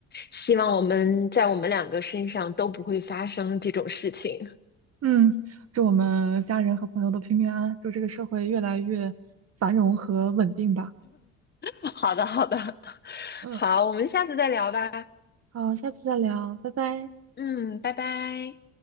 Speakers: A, on the left; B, on the right.
A: 希望我们在我们两个身上都不会发生这种事情。
B: 嗯，祝我们家人和朋友都平平安安，祝这个社会越来越繁荣和稳定吧。
A: <laughs> 好的，好的，<laughs>
B: 嗯，
A: 好，我们下次再聊吧。
B: 好，下次再聊，拜拜。
A: 嗯，拜拜。